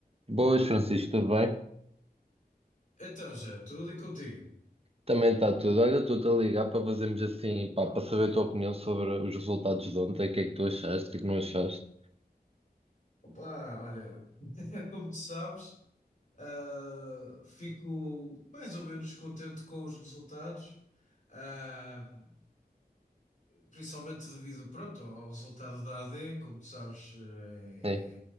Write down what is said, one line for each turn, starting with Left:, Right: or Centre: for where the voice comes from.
Right: Boas, Francisco, tudo bem?
Left: Então, já, tudo e contigo?
Right: Também está tudo. Olha, estou-te a ligar para fazermos assim, pá, para saber a tua opinião sobre os resultados de ontem, o que é que tu achaste, o que é que não achaste.
Left: Opa, olha, <laughs> como tu sabes, ah, fico mais ou menos contente com os resultados, ah, principalmente devido, pronto, ao ao resultado da AD, como tu sabes, eh,
Right: Sim,